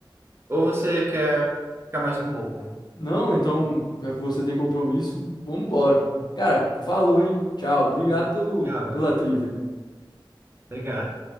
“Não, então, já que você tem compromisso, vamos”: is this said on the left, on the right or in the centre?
Left